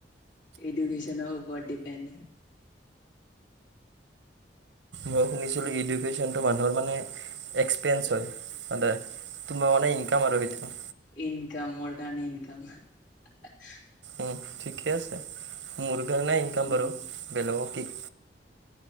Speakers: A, on the left; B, on the right.
A: এডুকেশ্যনৰ ওপৰত ডিপেণ্ড।
B: মই শুনিছিলোঁ এডুকেশ্বন যোনতো মানুহৰ মানে, এক্সপেঞ্চ হয়। তাতে, তোমাৰ মানে ইনকাম আৰু সেইটো।
A: ইনকামৰ কাৰনে, ইনকাম <unintelligible>
B: উম, ঠিকে আছে। মোৰ কাৰণে ইনকাম
A: উম
B: বাৰু। বেলেগক কে